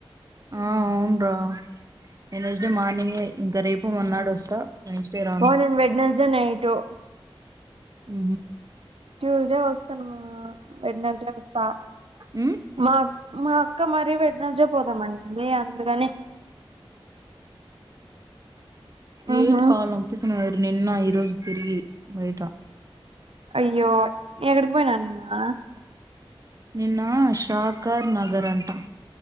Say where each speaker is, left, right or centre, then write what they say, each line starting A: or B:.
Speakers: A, on the right; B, on the right.
A: ఆ అవును రా వెడ్నెస్డే మార్నింగే ఇంకా రేపు మొన్నాడు వస్తా వెన్స్డే రాను
B: ఓ నేను వెనస్డే నైటు
A: ఉ
B: ట్యూస్డే వస్తాన్నవా వెడ్నెస్డే వస్తా
A: ఉమ్
B: మా అక్క మరి వెడ్నెస్డే పోదాం అంటుంది అందుకని ఉహు
A: ఏం కాలు నొప్పిస్సాన్నాయ్ నిన్న ఈరోజు తిరిగి బయట
B: అయ్యో ఎక్కడికి పోయినారు నిన్న
A: నిన్న షావ్కార్ నగర్ అంట